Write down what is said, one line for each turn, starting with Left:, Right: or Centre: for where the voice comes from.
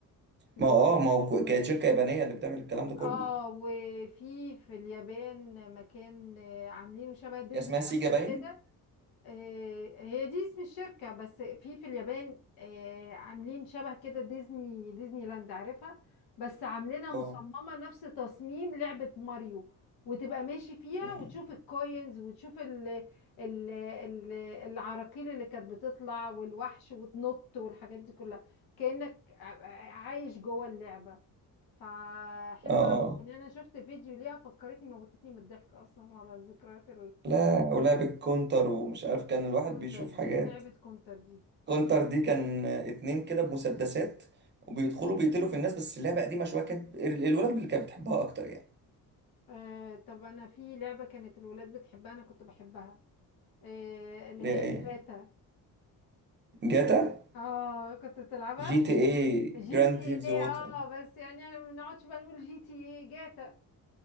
Left: و
Right: ما هو اه ما هو ك- كانت شركة يابانية اللي بتعمل الكلام ده كله
Left: اه وفي في اليابان مكان آه، عاملينه شبه ديزني
Right: هي اسمها سيجا
Left: لاند
Right: باين
Left: كده آه، هي دي اسم الشركة بس في في اليابان آه، عاملين شبه كده ديزني ديزني لاند عارفها بس عاملينها
Right: اه
Left: مصممة نفس تصميم لعبة ماريو وتبقى ماشي فيها
Right: مم.
Left: وتشوف الكوينز وتشوف ال ال ال العراقيل اللي كانت بتطلع والوحش وتنط والحاجات دي كلها كأنك عايش جوه اللعبة فحلوة
Right: اه
Left: أوي.
Right: اه
Left: يعني أنا شفت فيديو ليها فكرتني موتتني من الضحك أصلا على ذكريات
Right: لا ولعب الكونتر ومش عارف كان
Left: ايه
Right: الواحد
Left: كونتر
Right: بيشوف حاجات
Left: دي ايه لعبة كونتر دي
Right: كونتر دي كان اتنين كده بمسدسات وبيدخلوا بيقتلوا في الناس بس اللعبة قديمة شوية كانت ال- الولاد اللي كانت بتحبها أكتر يعني
Left: آه طب انا في لعبة كانت الولاد بتحبها انا كنت بحبها آه اللي
Right: ليه
Left: هي
Right: ايه
Left: باتا
Right: جاتا
Left: اه كنت بتلعبها
Right: جي تي اي
Left: جي
Right: جراند
Left: تي
Right: ثيفز
Left: ايه
Right: اوتو
Left: اه بس يعني انا ما بنقعدش بقى نقول جي تي ايه جاتا